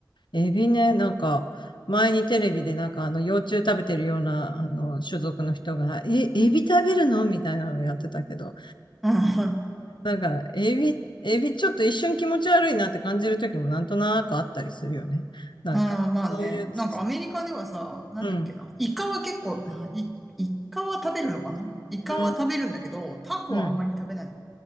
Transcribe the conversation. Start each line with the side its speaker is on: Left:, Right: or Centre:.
Left: エビね、なんか、前にテレビでなんかあの幼虫食べてるようなあの種族の人が、え、エビ食べるのみたいなのやってたけど、
Centre: うん。あ
Left: なんか、エビ、エビちょっと一瞬気持ち悪いなって感じる時もなんとなくあったりするよね。なんか、
Centre: あ、まあね。
Left: そういうつ、
Centre: なんかアメリカではさ、なんだっけな。
Left: うん、
Centre: イカは結構、あイ、イカは食べるのかなイカは食べるんだけど、
Left: うん、
Centre: タコはあんまり食べない。
Left: うん。